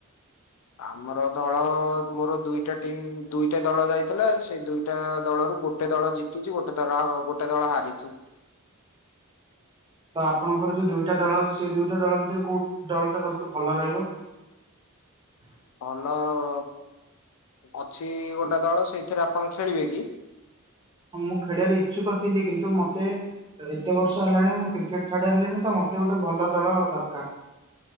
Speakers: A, on the left; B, on the right.
A: ଆମର ଦଳ-ଅ-ଅ ମୋର ଦୁଇଟା ଟିମ୍ ଦୁଇଟା ଦଳ ଯାଇଥିଲା ସେ ଦୁଇଟା-ଆ-ଆ-ଆ ଦଳରୁ ଗୋଟେ ଦଳ ଜିତିଛି। ଗୋଟେ ଦଳ ଗୋଟେ ଦଳ ହାରିଛି।
B: ତ ଆପଣଙ୍କର ଯୋଉ ଦୁଇଟା ଦଳ ଅଛି ସେଇ ଦୁଇଟା ଦଳ ଭିତରେ କୋଉ ଦଳଟା ସବୁଠୁ ଭଲ ରହିବ? ହ
A: ଭଲ-ଅ-ଅ-ଅ ଅଛି ଗୋଟେ ଦଳ ସେଇଥିରେ ଆପଣ ଖେଳିବେ କି?
B: ମୁଁ ଖେଳିବାର ଇଚ୍ଛୁକ ଥିଲି କିନ୍ତୁ ମୋତେ ଏତେ ବର୍ଷ ହେଲାଣି ମୁଁ କ୍ରିକେଟ ଛାଡି ହେଲିଣି ତ ମତେ ଗୋଟେ ଭଲ ଦଳ ଦରକାର।